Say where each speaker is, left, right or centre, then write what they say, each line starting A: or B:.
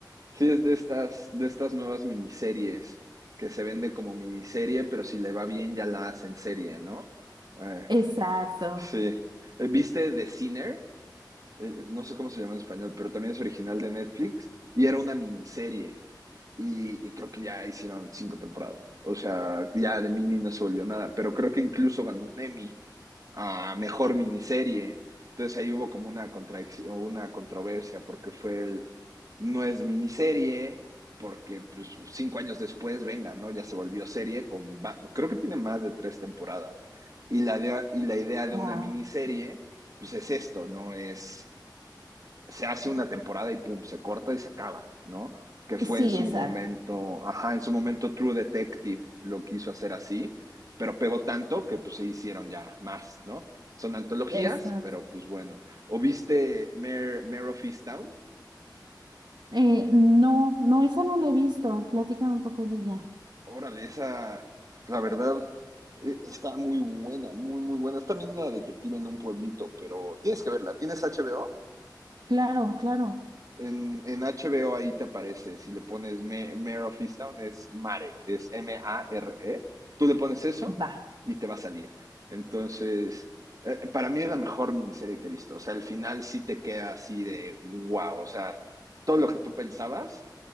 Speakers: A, on the right (about 50°); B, on the right (about 75°).
A: Sí, es de estas, de estas nuevas miniseries que se vende como miniserie, pero si le va bien ya la hacen serie, ¿no? Eh,
B: Exacto.
A: sí. Eh, ¿Viste The Sinner? Eh, no sé cómo se llama en español, pero también es original de Netflix y era una miniserie. Y, y creo que ya hicieron cinco temporadas. O sea, ya de mini no se volvió nada. Pero creo que incluso ganó un Emmy a mejor miniserie. Entonces ahí hubo como una contradicción, una controversia, porque fue el no es miniserie, porque pues, cinco años después, venga, ¿no? Ya se volvió serie con va- creo que tiene más de tres temporadas. Y la de- y la idea de
B: Wow.
A: una miniserie, pues es esto, ¿no? Es se hace una temporada y pum, se corta y se acaba, ¿no? Que fue
B: Sí,
A: en su
B: exacto.
A: momento, ajá, en su momento True Detective lo quiso hacer así, pero pegó tanto que pues se hicieron ya más, ¿no? Son antologías,
B: Exacto.
A: pero pues bueno. ¿O viste Mare, Mare of Easttown?
B: Eh, no, no, esa no la he visto. Platícame un poco de ella.
A: Órale, esa, la verdad, eh, está muy buena, muy, muy buena. Es también una detective en un pueblito, pero tienes que verla. ¿Tienes HBO?
B: Claro, claro.
A: En, en HBO ahí te aparece, si le pones Ma- Mare of Easttown es Mare, es M-A-R-E. Tú le pones eso
B: Va,
A: y te va a salir. Entonces, eh, para mí es la mejor miniserie que he visto. O sea, al final sí te queda así de wow. O sea, todo lo que tú pensabas